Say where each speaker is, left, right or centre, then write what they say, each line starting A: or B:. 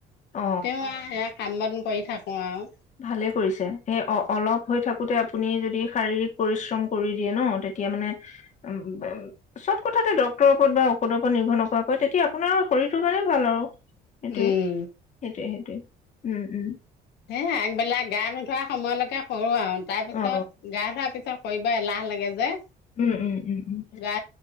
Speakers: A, on the left; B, on the left.
A: অ
B: তেওঁ আহ এক। কাম বন কৰি থাকোঁ আৰু।
A: ভালে কৰিছে সেই অলপ হৈ থাকোতে আপুনি যদি শাৰীৰিক পৰিশ্ৰম কৰি দিয়ে ন তেতিয়া মানে উ চব কথাতে ডক্তৰৰ ওপৰত বা ঔষধৰ ওপৰত নিৰ্ভৰ নকৰাকৈ তেতিয়া আপোনাৰ শৰীৰটো কাৰণে ভাল আৰু। সেইটোয়ে-সেইটোয়ে-সেইটোয়ে
B: উম
A: উম-উম।
B: সেই আগবেলা গা নোধোৱা সময়লৈকে কৰো আৰু। তাৰ পিছত
A: অ
B: গা ধোৱাৰ পিছত। কৰিব এলাহ লাগে যে।
A: উম উম উম উম।
B: গা